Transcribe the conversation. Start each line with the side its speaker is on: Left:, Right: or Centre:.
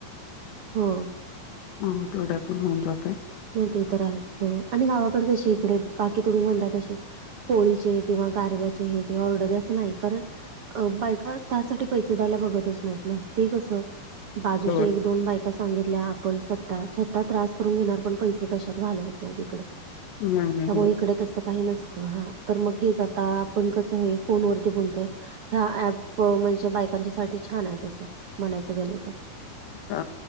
Right: होंव.
Left: होंव तेवढ्यातून होऊन जाते.
Right: हं ते तर् राहायचो हे. आणि गावाकडे कसे इकडे बाकी तुम्ही म्हणताय तसे. पोळीचे किंवा गारव्याचे, हे ते ऑर्डर असं नाही करत. अ बायका त्यासाठी पैसे द्यायला बघतचं नाहीत नां ते कसं बाजूच्या
Left: होय.
Right: एक-दोन बायका सांगितल्या, आपण स्वतः -स्वतः त्रास करून घेणार. पण पैसे कशात घालवत नाही,
Left: नाही, नाही.
Right: त्यामुळे
Left: होय.
Right: इकडे तसं काही नसते. हां तर् मग हेंच आता आपण कसं हें फोन वरती बोलतोय.. ह्या ॲप म्हणजे बायकांच्या साठी छान! आहेत तसं म्हणायचं गेलं तर्
Left: हांअ.